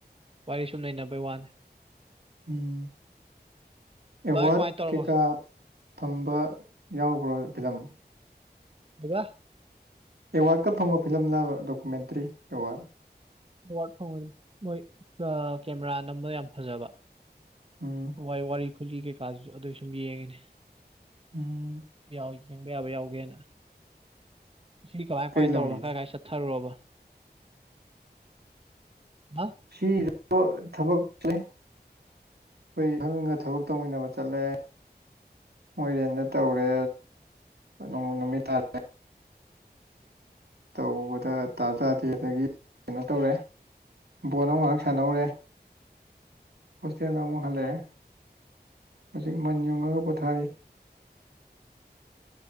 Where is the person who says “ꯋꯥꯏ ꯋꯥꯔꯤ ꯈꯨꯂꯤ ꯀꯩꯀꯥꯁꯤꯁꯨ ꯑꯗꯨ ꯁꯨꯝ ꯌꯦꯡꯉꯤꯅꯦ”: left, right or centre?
Right